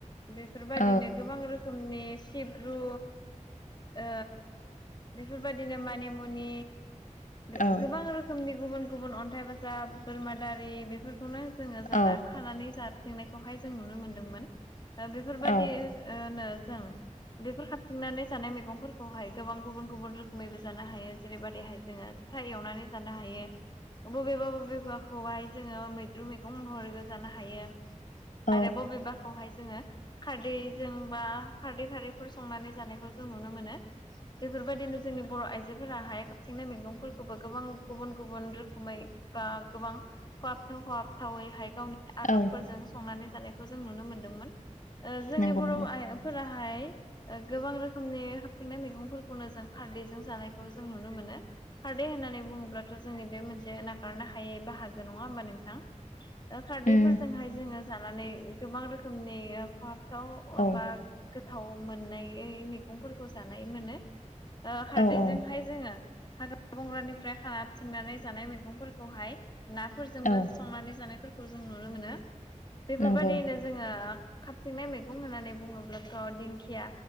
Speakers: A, on the left (about 35°); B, on the left (about 80°).
A: बेफोरबादिनो
B: औ
A: गोबां रोखोमनि सिब्रु ओ बेफोरबादिनो मानि मुनि गो-गोबां
B: औ
A: रोख खोमनि गुबुन गुबुन अन्थाइ बाजाब, बोरमा दारि बेफोरखौनो जोङो
B: औ
A: जाना खानानै जा थिंनायखौहाय जों नुनो मोनदोंमोन। ओ बेफोरबायदि
B: औ
A: ओ नो जों बेफोर खाबथिंनानै जानाय मैगंफोरखौहाय गोबां गुबुन गुबुन रोख खोमैबो जानो हायो। जेरै बादिहाय जोङो फ्राय एवनानै जानो हायो। बबेबा बबेबा खौहाय जोङो मैद्रु मैगं महरैबो जानो हायो।
B: औ
A: आरो बबेबाखौहाय जोङो। खारदैजों बा खारदै खारैफोर संनानै जानायखौ जों नुनो मोनो। बेफोरबादिनो जोंनि बर' आइजोफोरा हाय खाबथिंनो मैगंफोरखौबो गोबां गुबुन गुबुन रोखोमै बा गोबां खहाबथाव खहाबथावैहाय गावनि आदबफोरजों
B: औ
A: संनानै जानायखौ जों नुनो मोनदोंमोन। ओ जोंनि
B: नंगौ
A: बर'
B: नंगौ
A: आय ओ फोराहाय ओ गोबां रोखोमनि खाबथिंनाय मैगंफोरखौनो जों खारदैजों जानायखौ जों नुनो मोनो। खारदै होननानै बुङोब्लाथ' जोंनि बे मोनसे नागारनो हायै बाहागो नङा होमबा नोंथां। ओ खारदैफोरजोंहाय
B: उम
A: जोङो जानानै उम गोबां रोखोमनि फहाबथाव ओ
B: औ
A: बा गोथाव मोननायै मैगंफोरखौ जानाय मोनो। ओ खारदैजोंहाय
B: औ औ
A: जोङो हाग्रा बंग्रानिफ्राय खाबथिंनानै जानाय मैगंफोरखौहाय ना फोरजोंबो
B: औ
A: संनानै जानायफोरखौ जों नुनो मोनो। बेफोरबादिनो
B: नंगौ
A: जोङो खाबथिंनाय मैगं होननानै बुङोब्लाथ' दिंखिया